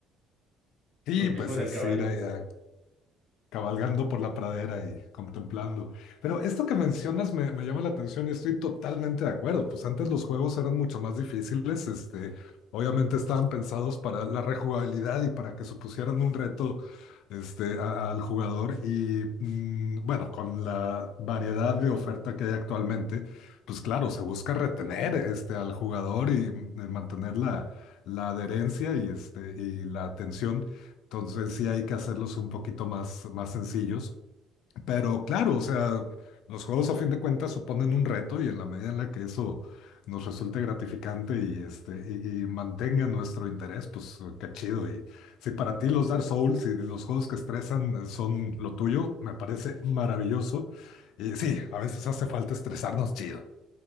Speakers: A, on the left; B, on the right.
A: y
B: Por lo mismo
A: pues
B: del
A: es
B: caballo.
A: ir a, cabalgando por la pradera y contemplando. Pero esto que mencionas me, me llama la atención y estoy totalmente de acuerdo. Pues antes los juegos eran mucho más difíciles, este, obviamente estaban pensados para la rejugabilidad y para que supusieran un reto, este, a- al jugador y mm, bueno, con la variedad de oferta que hay actualmente, pues claro, se busca retener, este, al jugador y mm, mantener la, la adherencia y, este, y la atención entonces sí hay que hacerlos un poquito más, más sencillos. Pero claro, o sea, los juegos a fin de cuentas suponen un reto y en la medida en la que eso nos resulte gratificante y, este, y, y mantenga nuestro interés, pues qué chido. Y si para ti los Dark Souls y los juegos que estresan eh, son lo tuyo, me parece maravilloso. Y sí, a veces hace falta estresarnos chido.